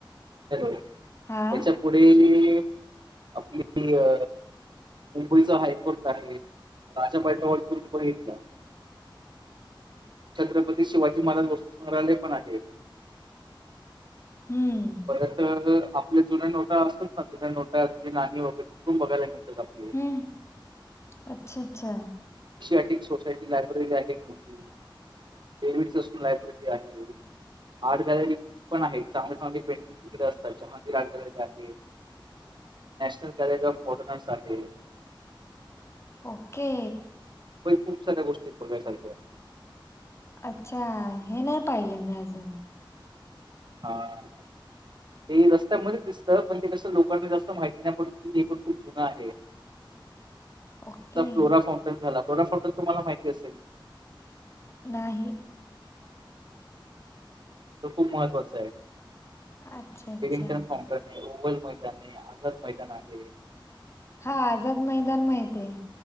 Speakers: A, on the right; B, on the left.
A: याच्या
B: हा
A: पुढे आपली अ मुंबईचा हायकोर्ट आहे. राजाभाई टावर ग्रुप बघितला. छत्रपती शिवाजी महाराज वस्तुसंग्रहालय पण आहे.
B: हम्म
A: परत आपले जुन्या नोटा असात ना जुन्या नोटा जुणी नाणी वगैरेसून बघायला मिळतात आपल्या
B: हम्म अच्छा अच्छा
A: एकशे अठ एक सोसायटी लायब्ररी आहे मोठी डेविड असून लायब्ररी आहे आर्ट गॅलरी पण आहे चांगले चांगले पेंटिंग्स तिकडे असतात चहा आर्ट गॅलरी आहे नॅशनल गॅलेरी ऑफ मोटरन्स आहे.
B: ओके.
A: प खूप साऱ्या गोष्टी बघायसारख्या
B: अच्छा हे नाही पाहिले मी अजून
A: हा. ते रस्त्यामध्येच दिसतं पण ते कसं लोकांना जास्त माहिती नाही पण की हे पण खूप जुन आहे.
B: ओके
A: आ फ्लोरा फाउंटेन झाला फ्लोरा फाउंटेन तुम्हाला माहिती असेल.
B: नाही.
A: त खूप महत्वाचा आहे
B: अच्छा अच्छा
A: विलिंग्टन फाउंटन आहे ओवल. मैदान आहे आझाद मैदान आहे.
B: हा आझाद मैदान माहित आहे.